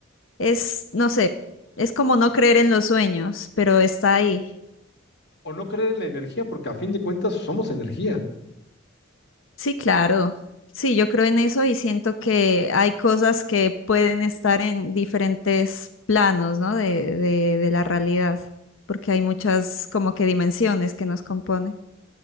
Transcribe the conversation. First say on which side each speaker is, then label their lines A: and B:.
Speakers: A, on the left; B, on the left.
A: Es, no sé, es como no creer en los sueños, pero está ahí.
B: O no creer en la energía, porque a fin de cuentas somos energía.
A: Sí, claro. Sí, yo creo en eso y siento que hay cosas que pueden estar en diferentes planos, ¿no? De, de, de la realidad, porque hay muchas como que dimensiones que nos componen.